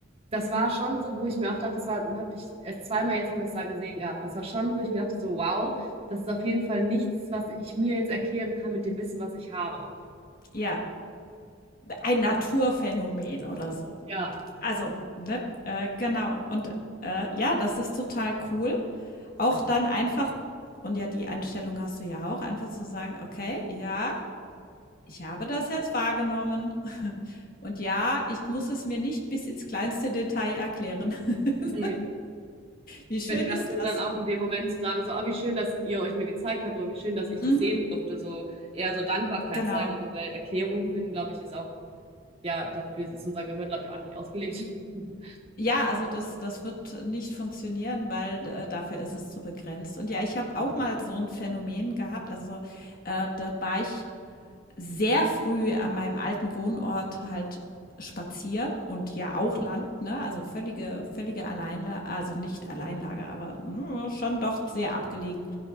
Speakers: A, on the right (about 30°); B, on the left (about 45°).
A: das war schon so, wo ich mir auch dachte, das war, hatte ich erst zweimal, jetzt haben wir es da gesehen gehabt. Das war schon, wo ich mir dachte, so, wow, das ist auf jeden Fall nichts, was ich mir jetzt erklären kann mit dem Wissen, was ich habe.
B: Ja, ein Naturphänomen oder so.
A: Ja,
B: Also, ne, äh, genau. Und, äh, ja, das ist total cool. Auch dann einfach und ja, die Einstellung hast du ja auch, einfach zu sagen: „Okay, ja, Ich habe das jetzt wahrgenommen. <laughs> Und ja, ich muss es mir nicht bis ins kleinste Detail erklären. <laughs>
A: Nee.
B: Wie schön
A: Ich bin eher
B: ist
A: so
B: das?
A: dann auch in dem Moment zu sagen, so, ah, wie schön, dass ihr euch mir gezeigt habt oder wie schön, dass ich das
B: Mhm,
A: sehen durfte. So eher so Dankbarkeit
B: genau.
A: zeigen. Also, weil Erklärung finden, glaube ich, ist auch, ja, dafür ist unser Gehirn, glaube ich, auch einfach nicht ausgelegt. <laughs>
B: Ja, also das das wird nicht funktionieren, weil, äh, dafür ist es zu begrenzt. Und ja, ich habe
A: ja,
B: auch mal so ein Phänomen gehabt, also, äh, da war ich sehr früh an meinem alten Wohnort halt spazieren und ja auch Land, ne? Also völlige völlige Alleinla also nicht Alleinlage, aber, hm, schon doch sehr abgelegen.